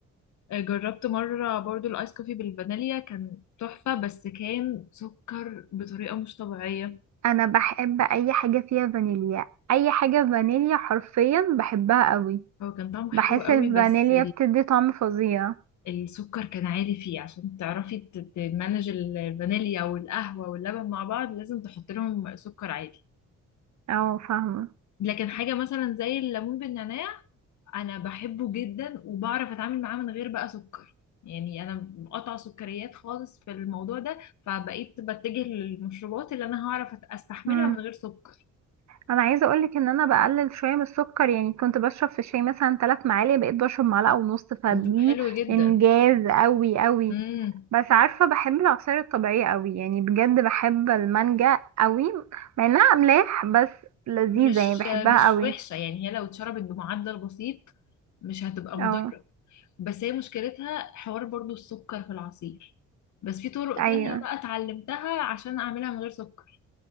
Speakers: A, on the left; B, on the right.
A: آه، جربت مرة برضو الايس كوفي بالفانيليا كان تحفة بس كان سكر بطريقة مش طبيعية
B: انا بحب اي حاجه فيها فانيليا اي حاجه فانيليا حرفيا بحبها قوي
A: هو كان طعمه
B: بحس
A: حلو قوي
B: الفانيليا
A: بس
B: بتدي طعم فظيع
A: السكر كان عالي فيه عشان تعرفي ت- تمانج الفانيليا والقهوة واللبن مع بعض لازم تحط لهم سكر عادي
B: اه فاهمه
A: لكن حاجة مثلا زي الليمون بالنعناع أنا بحبه جدا وبعرف أتعامل معاه من غير بقى سكر يعني أنا مقطعة سكريات خالص في الموضوع ده فبقيت بتجه للمشروبات اللي أنا هعرف أت- أستحملها
B: امم
A: من غير سكر
B: انا عايزه اقولك ان انا بقلل شويه من السكر يعني كنت بشرب في الشاي مثلا 3 معالق بقيت بشرب معلقه ونص فدي
A: طب حلو جدا
B: انجاز قوي قوي
A: امم
B: بس عارفه بحب العصاير الطبيعيه قوي يعني بجد بحب المانجا قوي مع انها املاح بس لذيذه
A: مش
B: يعني بحبها
A: مش
B: قوي
A: وحشة يعني هي لو اتشربت بمعدل بسيط مش هتبقى مضرة
B: اه
A: بس هي مشكلتها حوار برضو السكر في العصير بس في طرق
B: ايوه
A: تانية بقى اتعلمتها عشان اعملها من غير سكر